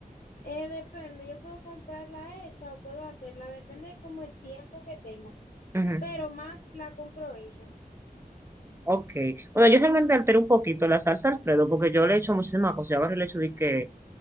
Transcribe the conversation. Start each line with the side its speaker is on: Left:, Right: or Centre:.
Left: Eh, depende, yo puedo comprarla hecha o puedo hacerla, depende como el tiempo que tenga,
Right: Ujú.
Left: pero más la compro hecha.
Right: Ok. Bueno, yo realmente altero un poquito la salsa Alfredo porque yo le echo muchísimas cosas. Yo agarro y le echo de que